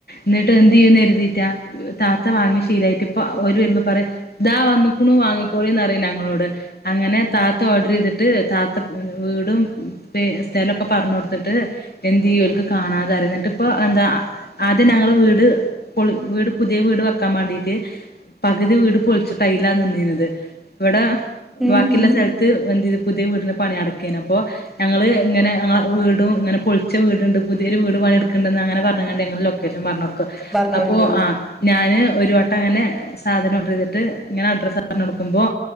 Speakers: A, on the left; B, in the centre.
A: ന്നെ ട്ട് എന്ത്യ്യുന്ന് എരുതിറ്റാ താത്ത വാങ്ങി ശീലയിട്ട് ഇപ്പൊ ഒരു വരുമ്പോ പറയാ ഇതാ വന്നക്ണു വാങ്ങി കോളീം ന്നറി ഞങ്ങളോട് അങ്ങനെ താത ഓർഡർയ്തിട്ട് താത ങ്ങനെ വീടും പേ സ്ഥലൊക്കെ പറഞ്ഞു കൊടുത്തിട്ട് എന്ത്യ്യു ഓൽക്ക് കാണാത അറിയ ന്ന്ട്ട്പ്പോ എഹ് എന്താ ആദ്യം ഞങ്ങൾ വീട് പൊള് വീട് പുതിയ വീട് വെക്കാൻ മാണ്ടീട്ട് പകുതി വീട് പൊളിച്ചിട്ടൈല നിന്നീഞത് ഇവടെ
B: ഉം
A: ബാക്കിള്ള സ്ഥലത്ത് വന്ത് പുതിയ വീടിന പണി അടക്കേഞപ്പോ ഞങ്ങള് ഇങ്ങനെ അങ്ങളെ വീടുങ്ങനെ പൊളിച്ച വീടുണ്ട് പുതിയൊരു വീട് പണിെടുക്ണ്ട്ന്ന അങ്ങനെ പർഞ് ങ്ങാണ്ട് യങ്ങൾ ലൊക്കേഷൻ പറഞ് കൊടുക്കും
B: പറഞ്ഞ്
A: അപ്പോ
B: കൊടുക്കുക
A: ആഹ് ഞന് ഒരു വ ട്ടങ്ങനെ സാധനംഓഡർ ചെയ്തിട്ട് ഇങ്ങനെ അഡ്രസർഞടുക്കുമ്പോ